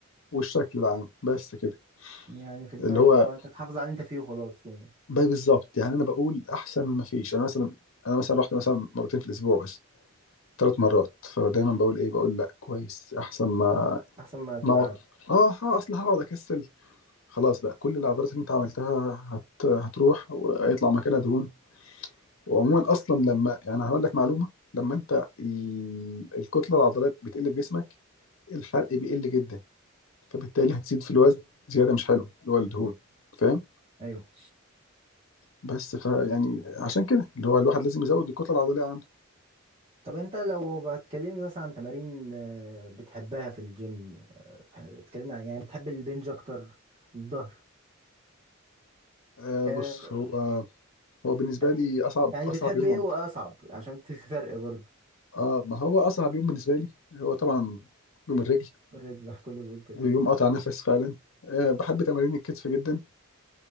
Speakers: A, on the left; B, on the right.
A: والشكل العام بس كده
B: يعني في دماغك
A: اللي هو
B: اللي هو انت اه تحافظ على اللي انت فيه وخلاص يعني
A: بقى بالظبط يعني انا بقول احسن من ما فيش انا مثلا انا مثلا رحت مثلا مرتين في الاسبوع بس ثلاث مرات فدايما بقول ايه بقول لا كويس احسن ما
B: احسن ما تبقى
A: ما اقعد
B: قاعد
A: اه ها اصل هقعد اكسل خلاص بقى كل العضلات اللي انت عملتها هت... هتروح وهيطلع مكانها دهون وعموما اصلا لما يعني هقول لك معلومه لما انت ال... الكتله العضلات بتقل في جسمك الحرق بيقل جدا فبالتالي هتزيد في الوزن زياده مش حلوه اللي هو الدهون فاهم
B: ايوه
A: بس ف يعني عشان كده اللي هو الواحد لازم يزود الكتله العضليه عنده
B: طب انت لو بتكلمني مثلا عن تمارين آه، بتحبها في الجيم آه، بتكلمني عن يعني بتحب البنج اكتر الظهر
A: آه
B: آه،
A: بص هو هو بالنسبه
B: يعني
A: لي اصعب
B: يعني
A: اصعب
B: بتحب
A: يوم
B: ايه
A: عم-
B: واصعب عشان في فرق برضه
A: اه ما هو اصعب يوم بالنسبه لي هو طبعا يوم الرجل
B: الرجل <laughs> كله بيقول كده
A: يوم قطع نفس فعلا آه بحب تمارين الكتف جدا